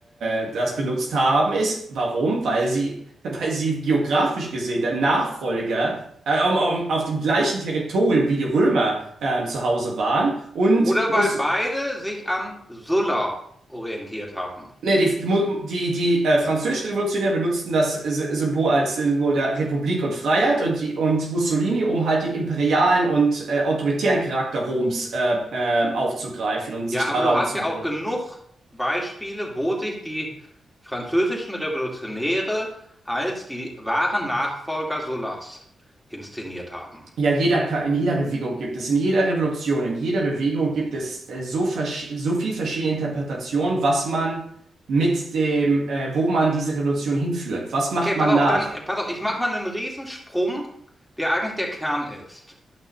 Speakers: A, on the right; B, in the centre.
A: äh, das benutzt haben, ist, warum? Weil sie <laughs> weil sie geografisch gesehen der Nachfolger äh, um, um, auf dem gleichen Territorium wie die Römer ähm, zu Hause waren und
B: Oder
A: muss
B: weil beide sich an Sulla orientiert haben.
A: ne die, mu- die, die äh, französischen Revolutionäre benutzten das äh, Sy- Symbol als Symbol der Republik und Freiheit und, die, und Mussolini, um halt den imperialen und äh, autoritären Charakter Roms äh, ähm, aufzugreifen und
B: Ja,
A: sich daran
B: aber du hast
A: zu
B: ja auch genug Beispiele, wo sich die französischen Revolutionäre als die wahren Nachfolger Sullas inszeniert haben.
A: Ja, jeder, Ka- in jeder Bewegung gibt es, in jeder Revolution, in jeder Bewegung gibt es äh, so, versch- so viel verschiedene Interpretationen, was man mit dem, äh, wo man diese Revolution hinführt. Was
B: Okay,
A: macht
B: pass
A: man
B: auf,
A: nach?
B: dann, äh, pass auf, ich mache mal einen Riesensprung, der eigentlich der Kern ist.